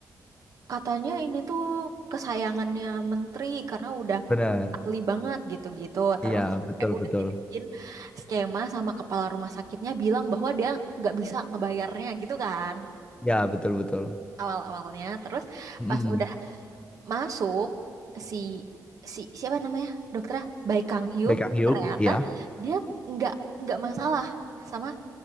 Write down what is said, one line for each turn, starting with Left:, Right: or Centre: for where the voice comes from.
Right: katanya ini tuh kesayangannya menteri karena udah
Left: benar
Right: ahli banget gitu-gitu. Terus
Left: iya
Right: sampai
Left: betul
Right: udah
Left: betul
Right: dibikin skema sama kepala rumah sakitnya bilang bahwa dia nggak bisa ngebayarnya gitu kan
Left: ya betul betul
Right: awal-awalnya. Terus
Left: hmm.
Right: pas udah masuk si si siapa namanya dokternya Bae Kang Hyuk
Left: Baik Kang Hyuk
Right: ternyata
Left: iya
Right: dia nggak nggak masalah sama